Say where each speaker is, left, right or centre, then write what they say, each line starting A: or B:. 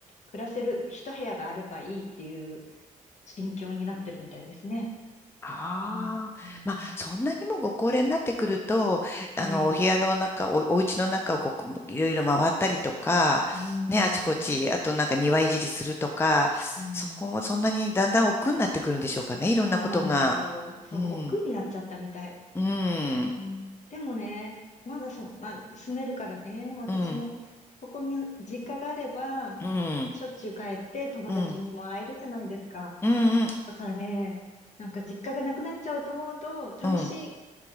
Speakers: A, on the left; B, on the left.
A: 暮らせる一部屋があればいいっていう心境になってるみたいですね。
B: ああ、
A: うん、うん
B: まあ、そんなにもご高齢になってくると、
A: はい。
B: あの、お部屋の中、お、お家の中をこう、いろいろ回ったりとか、
A: うーん、
B: ね、あちこち、あとなんか庭いじりするとか、
A: うん。
B: そこもそんなにだんだん億劫になってくるんでしょうかね、いろんなことが。
A: そうなんですよ。そう、
B: うん、
A: 億劫になっちゃったみたい。
B: うん、
A: うん、でもね、まだそんな、住めるからね、私も、
B: うん、
A: そこに実家があれば、
B: うん、うん、
A: しょっちゅう帰って友達にも会えるじゃないですか。
B: うん、うん。
A: だからね、なんか実家がなくなっちゃうと思うと、寂しい
B: うん